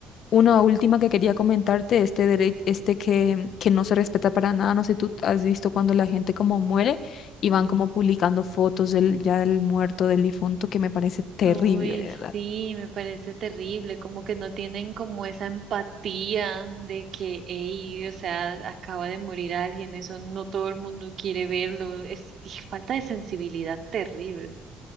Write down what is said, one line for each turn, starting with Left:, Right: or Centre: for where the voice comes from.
Left: Una última que quería comentarte, este derecho, este que, que no se respeta para nada, no sé si tú has visto cuando la gente como muere y van como publicando fotos del ya del muerto, del difunto, que me parece terrible,
Right: Uy,
Left: de verdad.
Right: sí, me parece terrible, como que no tienen como esa empatía de que, ey, o sea, acaba de morir alguien, eso no todo el mundo quiere verlo, es y falta de sensibilidad terrible.